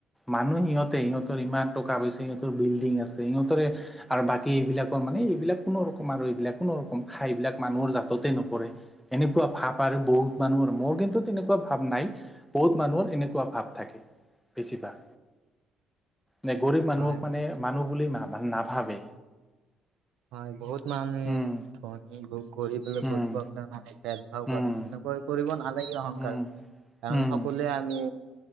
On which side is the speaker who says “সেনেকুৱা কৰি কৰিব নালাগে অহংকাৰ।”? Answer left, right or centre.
Right